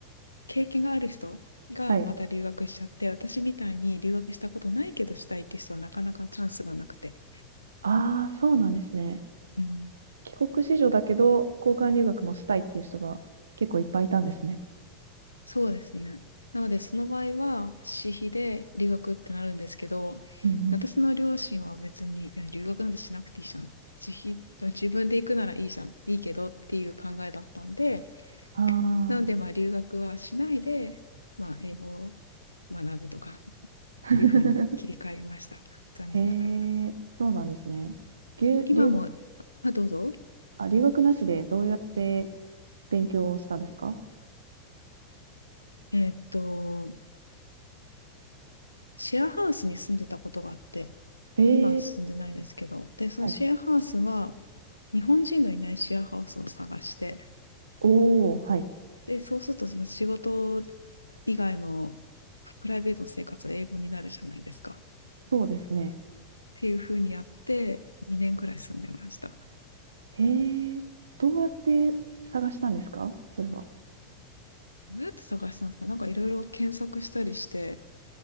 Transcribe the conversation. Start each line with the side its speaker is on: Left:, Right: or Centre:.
Left: 経験がある人がまた留学しちゃって、
Right: はい。
Left: 私みたいに留学したことないけどしたいって人はなかなかチャンスがなくて。
Right: ああ、そうなんですね。
Left: うん、
Right: 帰国子女だけど、交換留学もしたいっていう人が結構いっぱいいたんですね。
Left: そうですね。なので、その場合は私費で留学ってなるんですけど、
Right: うんうん。
Left: 私の両親は別に、いや留学なんてしなくていいじゃん。自費、自分で行くならいいじゃん、いいけどっていう考えだったんで、
Right: あ
Left: なので、
Right: あ。
Left: まあ留学はしないで、まあ英語を学ぶとか、
Right: <laughs>
Left: いうふうに切り替えました。残念ながら。
Right: へえ、そうなんですね。留、
Left: 今も、
Right: 留学、
Left: あ、どうぞ。
Right: あ、留学なしでどうやって勉強をしたんですか
Left: えーっと、シェアハウスに住んでたことがあって、
Right: へえ。
Left: 今は住んでないですけど、で、そのシェアハウスは、
Right: はい。
Left: 日本人のいないシェアハウスを探して、
Right: おお、はい。
Left: で、そうすると、その仕事以外のプライベートの生活は英語になるじゃないですか。っ
Right: そうですね。
Left: ていうふうにやって、2年くらい住んでました。ど
Right: へえ、どうやって探したんですかそれは。
Left: うやって探したんですかなんかいろいろ検索したりして、